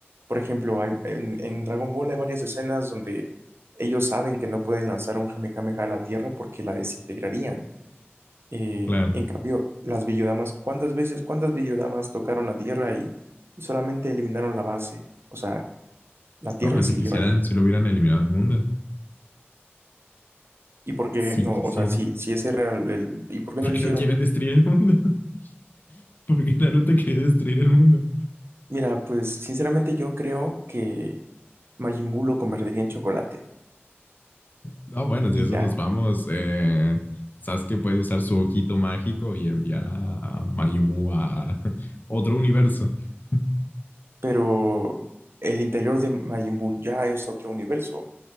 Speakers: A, on the right; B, on the left.
A: por ejemplo, hay, en, en Dragon Ball hay varias escenas donde ellos saben que no pueden lanzar un Kamehameha a la Tierra porque la desintegrarían. Eh,
B: Claro.
A: en cambio, las Villodamas, ¿cuántas veces, cuántas Villodamas tocaron la Tierra y, y solamente eliminaron la base? O sea, la Tierra
B: No, hombre,
A: siguió
B: si quisieran,
A: ahí.
B: si lo hubieran eliminado el mundo.
A: ¿Y por qué
B: Si
A: no?
B: quisiera.
A: O sea, si, si ese era el, el- ¿Y
B: <laughs>
A: por qué
B: Porque
A: no lo hicieron?
B: no quieren destruir el mundo. <laughs> Porque Naruto quería destruir el mundo.
A: Mira, pues sinceramente yo creo que Majin Buu lo convertiría en chocolate.
B: No, bueno,
A: Y
B: si eso
A: ya,
B: nos vamos. Eh, Sasuke puede usar su ojito mágico y enviar a Majin Buu a otro universo. <laughs>
A: pero el interior de Majin Buu ya es otro universo.